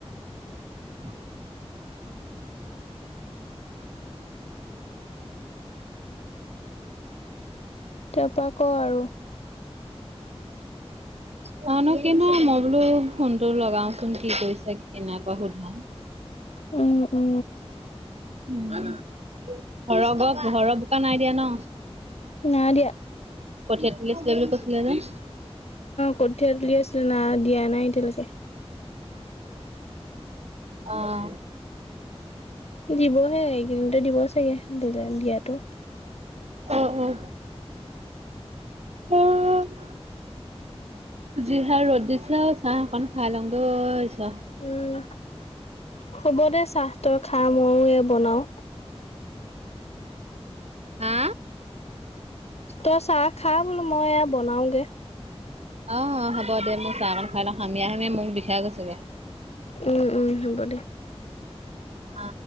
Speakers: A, on the right; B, on the left.
A: <inaudible>
B: তাৰপৰা ক আৰু?
A: কওনো কিনো মই বোলো ফোনটো লগাওচোন কি কৰিছে কি নাইকৰা সুধো।
B: অঁ অঁ।
A: উম, ঘৰ ঘৰৰ বোকা নাই দিয়া ন?
B: নাই দিয়া
A: কঠীয়া তুলিছিলে বুলি কছিলে যে।
B: কঠিয়া তুলি আছিল না দিয়া নাই এতিয়ালৈকে।
A: অ-
B: দিবহে এইকেইদিনতে দিব চাগে দিলে দিয়াতো।
A: অ অ। অঁ। জিহে ৰ'দ দিছে চাহ অকন খাই লওঁগে অ ঈশ্বৰ।
B: উম হ'ব দে চাহ তই খা, ময়ো এ বনাও।
A: হা?
B: তই চাহ খা বোলো মই এয়া বনাওগে।
A: অ হ'ব দে মোক চাহ কণ খাই লওঁ সামীয়া সামিয়াই মোক বিষাই গৈছেগে।
B: উম উম হ'ব দে।
A: অ।